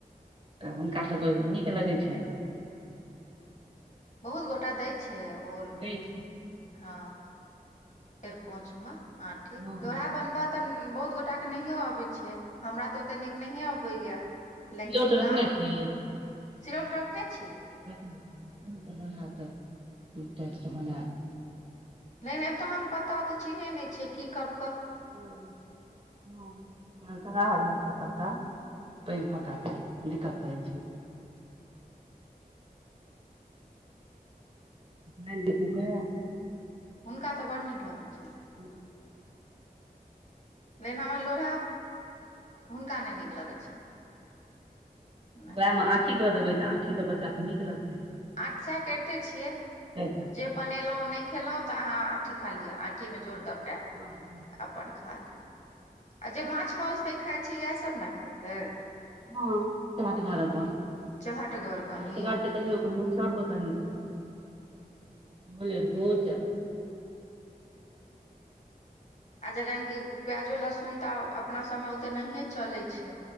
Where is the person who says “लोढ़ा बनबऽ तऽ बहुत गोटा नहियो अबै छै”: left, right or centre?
Left